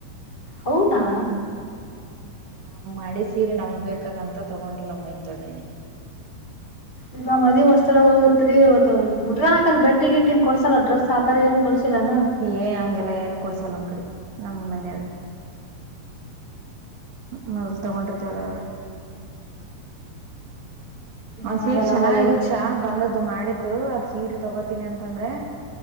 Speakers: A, on the left; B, on the right.
A: ಹೌದಾ
B: ಹ್ಮ ನಮ್ಮ ಹಳಿ ಸೀರೆ ನಮಗ್ ಬೇಕಾದಂತ ತಗೊಂಡಿಲ ನಮ್ಮ ವೈನಿ ದೊಡ್ಡ ವೈನಿ
A: ಈಗ ಮದ್ವೆ ಹೊಸ್ತಳಗ ಹೋಗಿರ್ತ್ರಿ ಅವತ್ತ ಉಟ್ಟ್ಕೋ ಲಾಕ್ ಬಟ್ಟಿಗಿಟ್ಟೀನ್ ಕೊಡ್ಸಲ್ಲ ಡ್ರೆಸ್ ಆತರ ಏನ್. ಕೊಡ್ಸಿಲ್ಲಾನ
B: ಏ ಹಂಗೆಲ್ಲಾ ಏನು ಕೊಡ್ಸಲ್ಲ ನಮ್ ಕಡಿ. ನಮ್ಮ ಮನೆಯವರು ಮ್ಮ್ ಮೊದಲ್ ತಗೊಂಡಿರ್ತೆವ್ಲಾ ಅವೇ. ಒಂದ್
A: ಏನಾದ
B: ಸೀರ್ ಚೆನ್ನಾಗಿತ್ತ
A: ನಾವ ಹೆಚ್ಚ
B: ಬಂದದ್ದು ಮಾಡಿದ್ದು ಅದ್ ಸೀರ್ ತಗೋತೀನಿ ಅಂತಂದ್ರೆ.